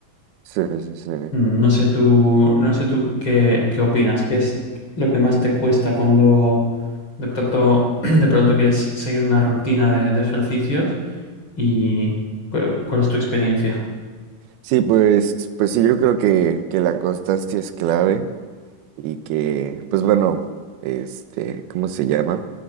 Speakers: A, on the right; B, on the left.
A: Sí, sí, sí.
B: Mm, No sé tú, no sé tú qué, qué opinas, qué es lo que más te cuesta cuando de pronto, <clears throat> de pronto quieres seguir una rutina de, de ejercicios y cu- cuál es tu experiencia.
A: Sí, pues, pues sí, yo creo que, que la constancia es clave. y que, pues bueno, este, ¿cómo se llama?